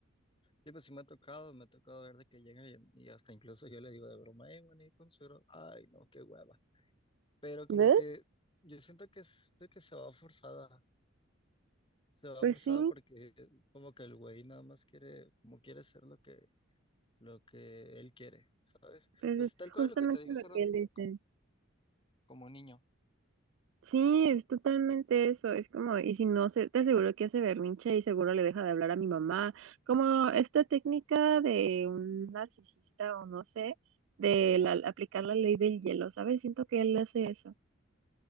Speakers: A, on the left (about 25°); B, on the right (about 65°).
A: sí, pues sí me ha tocado, me ha tocado ver de que llegan y, y hasta incluso yo le digo de broma, eh, bueno, y con suero, ay, no, qué hueva. Pero como
B: ¿Ves?
A: que yo siento que es de que se va forzada, se va
B: Pues
A: forzada
B: sí,
A: porque como que el güey nada más quiere, como quiere hacer lo que, lo que él quiere, ¿sabes?
B: pues
A: Pues
B: es
A: tal cual
B: justamente
A: lo que te dije hace
B: lo
A: rato,
B: que él dice.
A: co- como niño.
B: Sí, es totalmente eso. Es como, y si no, se, te aseguro que hace berrinche y seguro le deja de hablar a mi mamá. Como esta técnica de un narcisista o no sé, de la- aplicar la ley del hielo, ¿sabes? Siento que él hace eso.